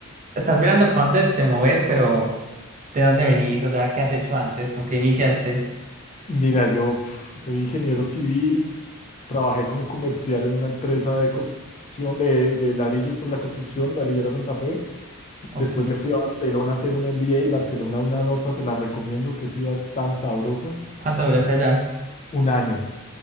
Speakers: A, on the right; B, on the left.
A: estás mirando para dónde te mueves? pero ¿de dónde venís? O sea, ¿qué has hecho antes? ¿Con qué iniciaste?
B: Mira, yo pf, soy ingeniero civil, trabajé como comercial en una empresa de construcción, de, de ladrillos para la construcción, Ladrillera Santa Fe.
A: Ok.
B: Después me fui a Barcelona a hacer un MBA. Barcelona, una nota, se la recomiendo, qué ciudad tan sabrosa.
A: ¿Cuánto duraste allá?
B: Un año.